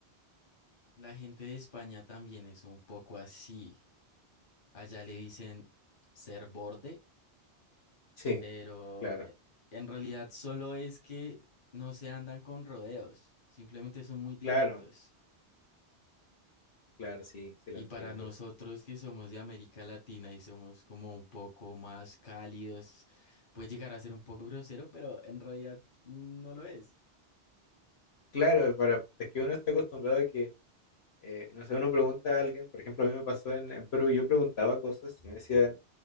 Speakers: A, on the left; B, on the left.
A: La gente de España también es un poco así. Allá le dicen ser borde,
B: Sí,
A: pero
B: claro,
A: eh, en realidad solo es que no se andan con rodeos, simplemente son muy directos.
B: claro, claro, sí, sí lo
A: Y
B: entiendo
A: para nosotros
B: igual.
A: que somos de América Latina y somos como un poco más cálidos, puede llegar a ser un poco grosero, pero en realidad no lo es.
B: Claro, para, es que uno está acostumbrado a que eh, no sé, uno pregunta a alguien, por ejemplo, a mí me pasó en, en Perú, yo preguntaba cosas y me decían,